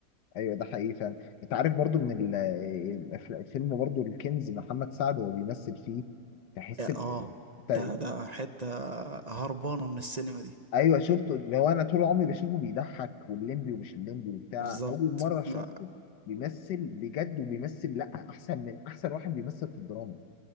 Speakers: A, on the left (about 80°); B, on the right (about 35°).
A: أيوة، ده حقيقي فعلا انت عارف برضو من ال- الأفلا- الفيلم برضو الكنز محمد سعد وهو بيمثل فيه تحس
B: آه
A: ب-
B: آه.
A: انت
B: ده ده حتة هربانة من السينما دي
A: ايوه شفته اللي هو انا طول عمري بشوفه بيضحك والليمبي ومش الليمبي وبتاع
B: بالظبط
A: اول مره اشوفه
B: لا
A: بيمثل بجد وبيمثل لا احسن من احسن واحد بيمثل في الدراما